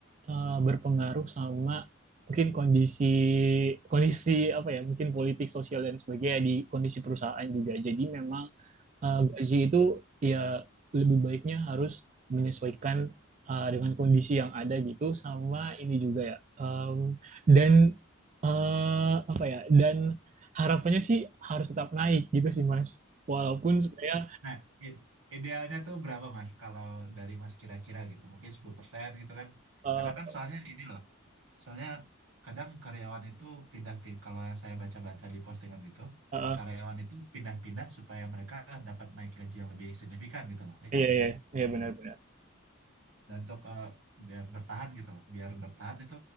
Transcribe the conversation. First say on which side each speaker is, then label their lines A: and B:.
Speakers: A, on the right (about 35°); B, on the right (about 80°).
A: eh, berpengaruh sama mungkin kondisi kondisi apa ya mungkin politik sosial dan sebagainya di kondisi perusahaan juga. Jadi memang eh, gaji itu ya lebih baiknya harus menyesuaikan eh, dengan kondisi yang ada gitu sama ini juga ya Em, dan eh, apa ya dan harapannya sih harus tetap naik gitu sih Mas walaupun sebenarnya
B: Nah, id- idealnya tuh berapa Mas? Kalau dari Mas kira-kira gitu, mungkin 10% gitu kan.
A: eh,
B: Kadang kan soalnya ini loh, soalnya kadang karyawan itu pindah-pindah, kalau yang saya baca-baca di postingan gitu,
A: eh,
B: karyawan itu pindah-pindah supaya mereka dapat naik gaji yang lebih signifikan gitu loh, ya
A: iya
B: kan?
A: iya iya benar-benar
B: Nah, dan untuk eh, biar bertahan gitu loh, biar bertahan itu